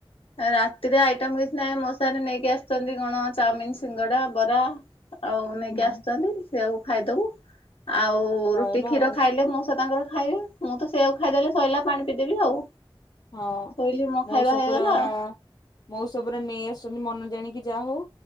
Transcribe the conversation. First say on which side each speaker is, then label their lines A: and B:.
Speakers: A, on the left; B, on the left.
A: ଏ ରାତିରେ ଆଇଟମ୍ କିଛି ନାଇଁ ମଉସା ଏଇନେ ନେଇକି ଆସିଛନ୍ତି କଣ ଚାଉମିନ୍ ସିଙ୍ଗଡା ବରା ଆଉ ନେଇକି
B: ହୁଁ।
A: ଆସିଚନ୍ତି ସେଇଆକୁ ଖାଇଦବୁ ଆଉ ଉ
B: ସଇଲା
A: ରୁଟି କ୍ଷୀର
B: ଆଉ
A: ଖାଇଲେ ମଉସା ତାଙ୍କର ଖାଇବେ ମୁଁ ତ ସେଇଆକୁ ଖାଇଦେଲେ ସଇଲା ପାଣି ପିଇଦେବି ଆଉ।
B: ହଁ
A: ଶୋଇଲି ମୋ
B: ମଉସା
A: ଖାଇବା ହେଇଗଲା
B: ପୁରା ମଉସା ପୁରା ନେଇ ଆସୁଚନ୍ତି ମନ ଜାଣିକି ଯା ହଉ